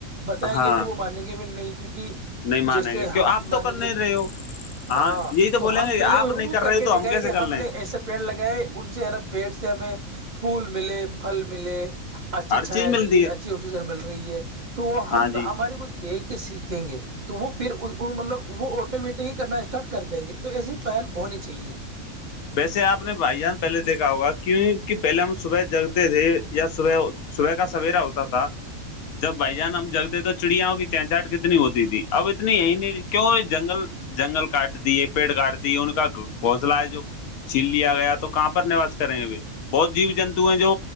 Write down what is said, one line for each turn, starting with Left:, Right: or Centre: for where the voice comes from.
Right: بتائیں
Left: ہاں
Right: گے تو وہ مانیں گے بھی نہیں کیونکہ
Left: نہیں مانیں
Right: جیسے
Left: گے کیوں
Right: ہم
Left: آپ
Right: مانیں
Left: تو کر نہیں
Right: گے
Left: رہے ہو
Right: ہاں
Left: یہی بولیں
Right: تو ہم
Left: گے
Right: پہلے
Left: آپ
Right: ان
Left: نہیں
Right: کو کر
Left: رہے
Right: کے
Left: ہو تو
Right: دکھائیں
Left: کیسے
Right: گے کہ
Left: کر
Right: ہم
Left: لیں
Right: نے ایسا پیڑ لگائے ان سے ہے نا پیڑ سے ہمیں پھول ملے پھل ملے اچھی
Left: ہر
Right: چھایا
Left: چیز ملتی
Right: ملی
Left: ہے
Right: اچھی آکسیجن مل رہی ہے تو وہ
Left: ہاں
Right: ہم
Left: جی
Right: ہمار کو دیکھ کے سیکھیں گے تو وہ پھر مطلب وہ آٹومیٹکلی کرنا ہے اسٹارٹ کر دیں گے تو ایسی پہل ہونی چاہیے
Left: ویسے آپ نے بھائی جان پہلے دیکھا ہوگا کہ کہ پہلے ہم صبح جگتے تھے یا صبح صبح کا سویرا ہوتا تھا جب بھائی جان ہم جگتےے تو چڑیاں کی چہچاہٹ کتنی ہوتی تھی اب اتنی یہی نہیں کیوں جنگل جنگل کاٹ دیے پیڑ کاٹ دیے ان کا گھصلہ ہے جو چھین لیا گیا تو کہاں پر نوس کریں گ بہت جیو جنتو ہیں جو